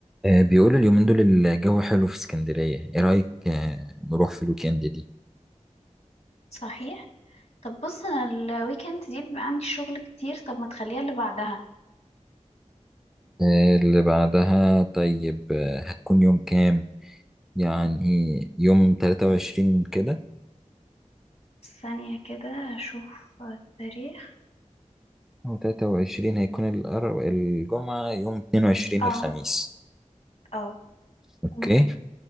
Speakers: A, in the centre; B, on the left.
A: آه، بيقولوا اليومين دول الجو حلو في اسكندرية ايه رأيك آه، نروح في الويكند دي
B: صحيح طب بص انا الويكند دي بيبقى عندي شغل كتير طب ما تخليها اللي بعدها
A: آه، اللي بعدها طيب آه، هتكون يوم كام يعني يوم 23 كده
B: ثانية كده اشوف التاريخ
A: او 23 هيكون الأر- الجمعة يوم 22
B: اه
A: الخميس
B: اه
A: اوكي
B: ممكن